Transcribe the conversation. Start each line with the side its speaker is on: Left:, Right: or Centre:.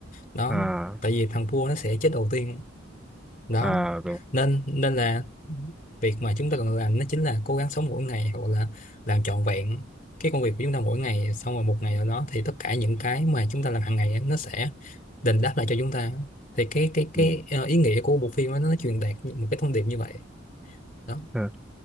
Left: đó
Centre: à
Left: tại vì thằng vua nó sẽ chết đầu tiên đó
Centre: à đúng
Left: nên nên là việc mà chúng ta cần làm nó chính là cố gắng sống mỗi ngày hoặc là làm trọn vẹn cái công việc của chúng ta mỗi ngày xong rồi một ngày nào đó thì tất cả những cái mà chúng ta làm hàng ngày á, nó sẽ đền đáp lại cho chúng ta thì cái cái cái
Centre: ừ.
Left: ờ, ý nghĩa của bộ phim á, nó truyền đạt một cái thông điệp như vậy đó
Centre: ừ.